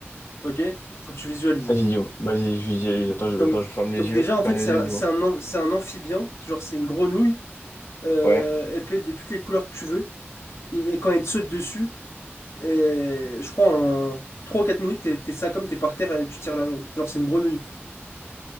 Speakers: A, on the left; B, on the left.
A: Ok? Faut que tu visualises.
B: Vas-y, dis-moi. Vas-y, je dis à lui.
A: Donc,
B: Attends, je, attends, je ferme les
A: donc
B: yeux.
A: déjà, en
B: Ferme
A: fait,
B: les
A: c'est
B: yeux,
A: un,
B: dis-moi.
A: c'est un am- c'est un amphibien. Genre, c'est une grenouille euh,
B: Ouais.
A: elle peut être de toutes les couleurs que tu veux. Et, et quand elle te saute dessus, et, je crois en 3 ou 4 minutes, t'es t'es ça comme t'es par terre et tu tires la langue. Genre, c'est une grenouille.